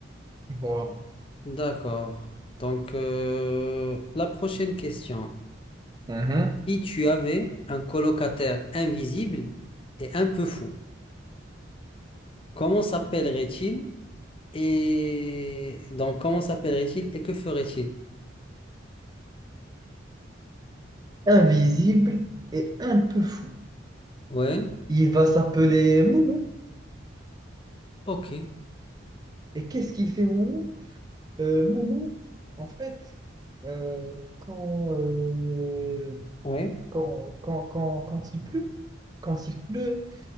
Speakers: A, on the right; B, on the left.
A: Voilà.
B: D'accord. Donc, euh, la prochaine question.
A: Mhm.
B: Si tu avais un colocataire invisible et un peu fou, comment s'appellerait-il et donc comment s'appellerait-il et que ferait-il?
A: Invisible et un peu fou.
B: Ouais,
A: Il va s'appeler Moumou.
B: ok,
A: Et qu'est-ce qu'il fait, Moumou? Euh, Moumou, en fait, euh, quand, euh,
B: ouais.
A: quand, quand, quand, quand il pleut, quand il pleut,